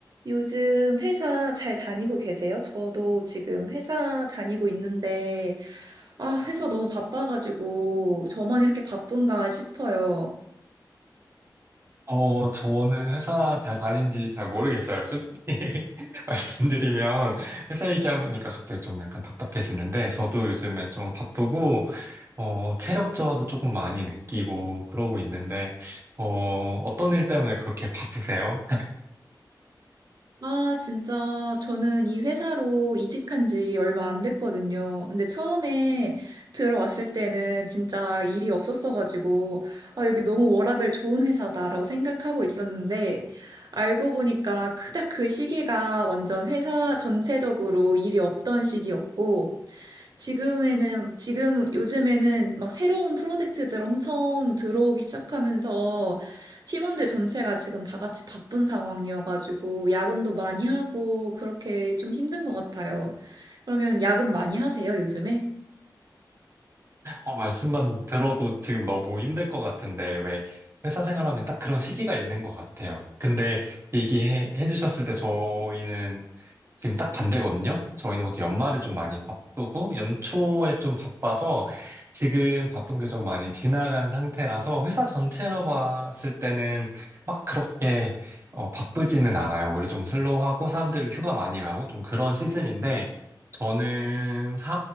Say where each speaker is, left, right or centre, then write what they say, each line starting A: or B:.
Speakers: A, on the right (about 60°); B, on the right (about 35°).
A: 요즘 회사 잘 다니고 계세요? 저도 지금 회사 다니고 있는데, 아, 회사 너무 바빠가지고, 저만 이렇게 바쁜가 싶어요.
B: 어, 저는 회사 잘 다닌지 잘 모르겠어요. 솔직히 <laughs> 말씀드리면 회사 얘기하니까 갑자기 좀 약간 답답해지는데 저도 요즘에 좀 바쁘고 어, 체력 저하도 조금 많이 느끼고 그러고 있는데 어, 어떤 일 때문에 그렇게 바쁘세요?
A: 아, 진짜, 저는 이 회사로 이직한 지 얼마 안 됐거든요. 근데 처음에 들어왔을 때는 진짜 일이 없었어가지고, 아, 여기 너무 워라밸 좋은 회사다라고 생각하고 있었는데, 알고 보니까 그닥 그 시기가 완전 회사 전체적으로 일이 없던 시기였고, 지금에는, 지금 요즘에는 막 새로운 프로젝트들 엄청 들어오기 시작하면서 팀원들 전체가 지금 다 같이 바쁜 상황이어가지고 야근도 많이 하고 그렇게 좀 힘든 것 같아요. 그러면 야근 많이 하세요, 요즘에?
B: 어, 말씀만 들어도 지금 너무 힘들 것 같은데, 왜 회사 생활하면 딱 그런 시기가 있는 것 같아요. 근데 얘기해 주셨을 때 저희는 지금 딱 반대거든요? 저희는 보통 연말에 좀 많이 바쁘고, 연초에 좀 바빠서 지금 바쁜 게 좀 많이 지나간 상태라서 회사 전체로 봤을 때는 막 그렇게 어, 바쁘지는 않아요. 오히려 좀 슬로우하고 사람들 휴가 많이 가고 좀 그런 시즌인데, 저는